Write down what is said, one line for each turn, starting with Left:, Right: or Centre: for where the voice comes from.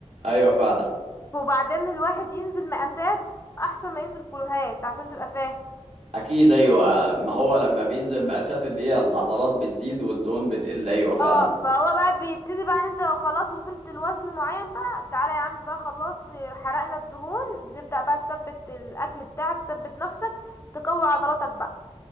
Right: ايوه فعلا
Left: وبعدين الواحد ينزل مقاسات احسن ما ينزل كيلوهات عشان تبقى فاهم
Right: اكيد ايوه ما هو لما بينزل مقاسات اللي هي العضلات بتزيد والدهون بتقل ايوه فعلا
Left: اه فهو بقى بيبتدي بقى ان انت لو خلاص وصلت لوزن معين بقى تعالى يا عم بقى خلاص حرقنا الدهون بتبدأ بقى تثبت الاكل بتاعك تثبت نفسك تقوي عضلاتك بقى